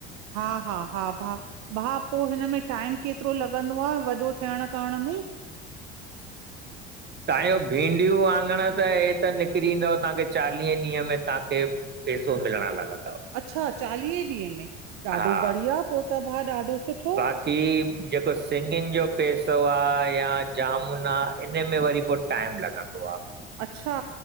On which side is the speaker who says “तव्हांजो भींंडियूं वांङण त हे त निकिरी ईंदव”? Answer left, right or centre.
Right